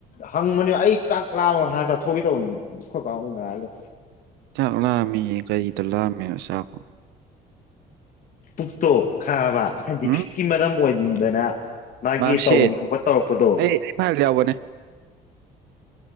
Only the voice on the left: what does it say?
ꯍꯪꯕꯅꯦ ꯑꯩ ꯆꯥꯛ ꯂꯥꯕ ꯆꯥꯊꯣꯛꯒꯦ ꯇꯧꯕꯅꯦ ꯈꯣꯠꯄꯇ
ꯄꯨꯛꯇꯣ ꯈꯥꯕ ꯁꯥꯏꯟꯇꯤꯐꯤꯛꯀꯤ
ꯃꯔꯝ ꯑꯣꯏꯅꯤꯡꯗꯅ ꯃꯥꯒꯤ
ꯇꯧꯐꯝ ꯊꯣꯛꯄ ꯇꯧꯔꯛꯄꯗꯣ